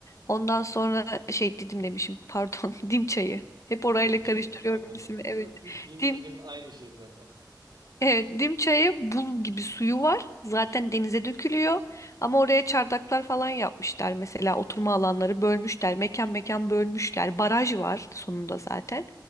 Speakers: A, on the left; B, on the right.
A: Ondan sonra şey Didim demişim pardon <laughs> Dim çayı. Hep orayla
B: Dim çayı
A: karıştırıyorum
B: anladım.
A: ismi evet.
B: Yo, di- Dim
A: Dim
B: dedim aynı şey zaten.
A: evet Dim çayı buz gibi suyu var. Zaten denize dökülüyor. Ama oraya çardaklar falan yapmışlar mesela oturma alanları bölmüşler. Mekan mekan bölmüşler. Baraj var sonunda zaten.